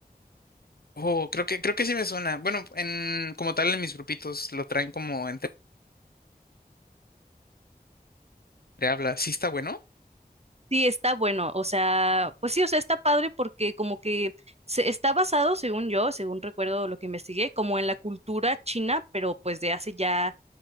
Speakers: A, on the left; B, on the right.
A: Oh, creo que, creo que sí me suena. Bueno, en, como tal en mis grupitos lo traen como entre habla. ¿Sí está bueno?
B: Sí, está bueno, o sea, pues sí, o sea, está padre porque como que se está basado, según yo, según recuerdo lo que investigué, como en la cultura china, pero pues de hace ya,